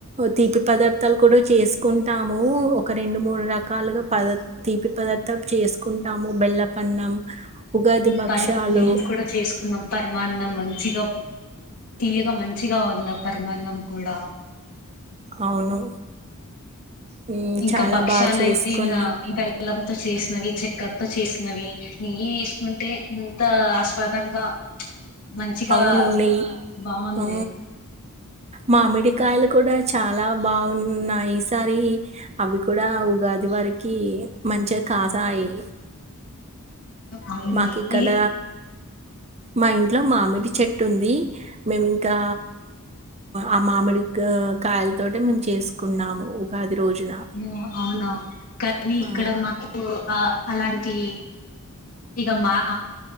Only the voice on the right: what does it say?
తీపి పదార్థాలు కూడా చేసు కుంటాము ఒక రెండు మూడు రకాలుగా పద తీపి పదార్థం చేసుకుంటాము బెల్లపన్నం ఉగాది భక్షాలు
అవును హ్మ్.
చాలా
బా చేసుకున్నాం.
అవునున్నాయి
ఆ మామిడి కాయలు కూడా చాలా బాగున్నాయి ఈ సారి అవి కూడా ఉగాది వరకి మంచిగా కాసాయి
మాకిక్కడ
మా ఇంట్లో మామిడి చెట్టు ఉంది మేమి ఇంకా ఆ మామిడి కాయల తోటే మేము చేసుకున్నాము ఉగాది రోజున
ఆ